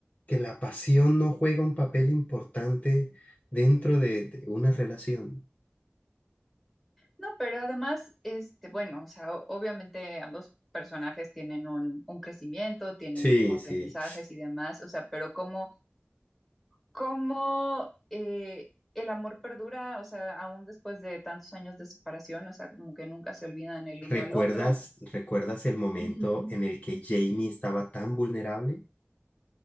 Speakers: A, on the left (about 35°); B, in the centre.
A: que la pasión no juega un papel importante dentro de de una relación.
B: no, pero además, este, bueno, o sea, o- obviamente ambos personajes tienen un, un crecimiento, tienen
A: Sí,
B: como aprendizajes
A: sí.
B: y demás, o sea, pero como, como eh, el amor perdura, o sea, aún después de tantos años de separación, o sea, como que nunca se olvidan el uno
A: ¿Recuerdas,
B: al otro.
A: recuerdas el momento
B: Ujú.
A: en el que Jamie estaba tan vulnerable?